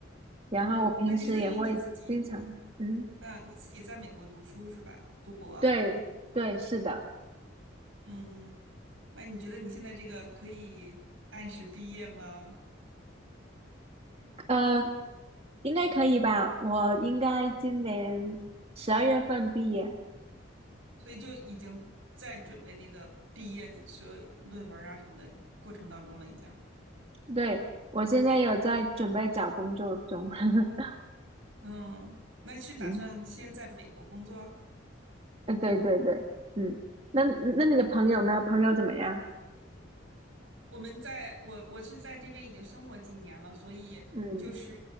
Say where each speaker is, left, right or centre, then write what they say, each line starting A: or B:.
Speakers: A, on the right (about 30°); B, on the right (about 80°).
A: 然后我平时也会经常，
B: 那就相当于你自己，
A: 嗯，
B: 嗯、你自己在美国读书是吧？读博。
A: 对对，是的，
B: 嗯，那你觉得你现在这个可以按时毕业吗？
A: 呃，应该可以吧？我应该今年十二月份毕业，
B: 所以就已经在准备那个毕业的所有论文啊什么的过程当中了，已经。
A: 对，我现在有在准备找工作中，<laughs>
B: 嗯，那是打算先在美国工作啊？
A: 嗯。呃，对对对，嗯，那那你的朋友呢？朋友怎么样？
B: 我们在我我是在这边已经生活几年了，所以就是
A: 嗯，